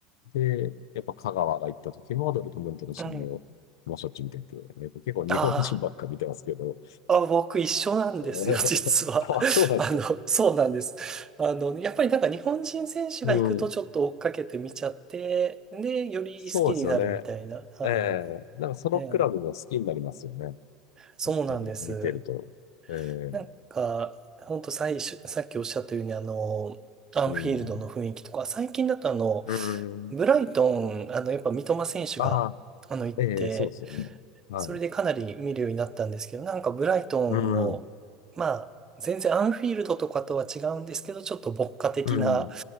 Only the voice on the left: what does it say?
で、やっぱ香川が行った時もドルトムントの試合をもうしょっちゅう見てて、
やっぱ結構日本人ばっか見てますけど。
<laughs>
あ、そうなんですか。
うん。
そうですよね。
ええなんかそのクラブも好きになりますよね。
やっぱり見てると。ええ
うん。
うん。
ああ、
ええそうですよね。はい。
うん。
うん。